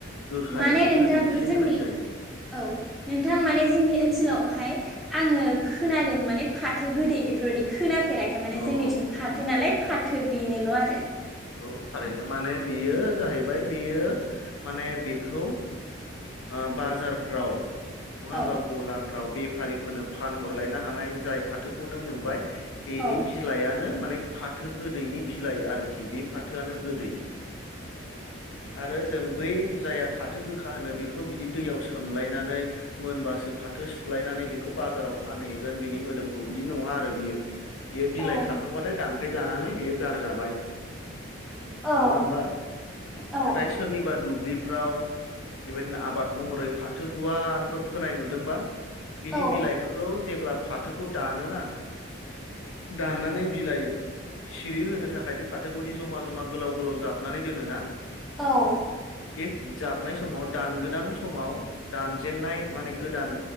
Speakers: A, on the left (about 80°); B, in the centre.
A: गोखा
B: माने
A: एसे
B: नोंथां
A: गोदै एसे
B: जोंनि
A: होनाय जायो
B: औ नोंथां माने जोंनि ओनसोलावहाय आङो खोनादों माने फाथो गोदै बेफोरबायदि खोना फेराखै माने
A: औ
B: जोंनिथिं फाथो
A: नों
B: नालाय फाथो
A: औ
B: बेनोल' आरो
A: औ थारैनो माने बेयो जाहैबाय बेयो माने बेखौ ओ बाजारफ्राव नङा होमबा
B: औ
A: गलाफ्राव बेफारिफोरनो फानहरलायनो हानाय जाय फाथोखौ नों नुबाय बेनि
B: औ
A: बिलायानो माने फाथो गोदैनि बिलाइ आरोखि बे फाथोआनो गोदै आरो जों बै जाया फाथो गोखा होनो बेखौ बिदि दैयाव सोमलायनानै मोनबासो फाथो सुलायनानै बेखौ बाजाराव फानहैगोन बिनि मोदोमखौ बिदि नङा आरो बियो बियो बिलाइ
B: औ
A: खाखांबाथाय दानफाय जानानै बियो गारजाबाय
B: औ
A: नङा होमबा
B: औ
A: नाथाय सोरनिबा दुब्लि फ्राव बेबायदिनो आबाद महरै फाथो गुवारफोर फोनाय नुदोंबा बिनि
B: औ
A: बिलाइफोरखौ जेब्ला फाथोखौ दानोना दाननानै बिलाइ सिरि होनो थाखाय बे फाथोखौ गुदि जमा जमा गोलाव गोलाव जाबनानै दोनोना
B: औ
A: बे जाबनाय समाव दान गोदान समाव दानजेननाय माने गोदान